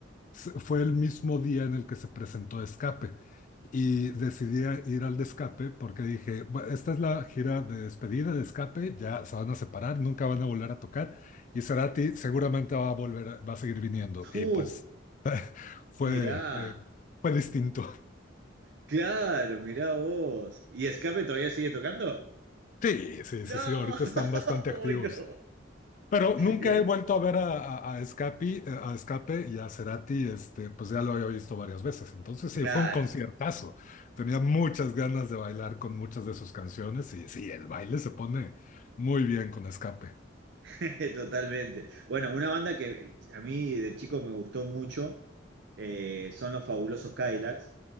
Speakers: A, on the left; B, on the right.
A: se- fue el mismo día en el que se presentó Escape. Y decidí a- ir al de Escape porque dije, "Bu- esta es la gira de despedida de Escape, ya se van a separar, nunca van a volver a tocar y Cerati seguramente va a volver, a- va a seguir viniendo. Y
B: uh,
A: pues fue,
B: mirá,
A: eh, fue distinto.
B: claro, mirá vos. ¿Y Escape todavía sigue tocando?
A: Sí, sí,
B: No,
A: sí, sí, ahorita
B: <laughs>
A: están bastante
B: hoy
A: activos.
B: no.
A: Pero nunca
B: Y-
A: he vuelto a ver a, a, a Escapi- eh, a Escape y a Cerati, este, pues ya lo había visto varias veces. Entonces sí,
B: Claro.
A: fue un conciertazo. Tenía muchas ganas de bailar con muchas de sus canciones y sí, el baile se pone muy bien con Escape,
B: <laughs> Totalmente. Bueno, una banda que a mí de chico me gustó mucho eh, son los Fabulosos Cadillacs,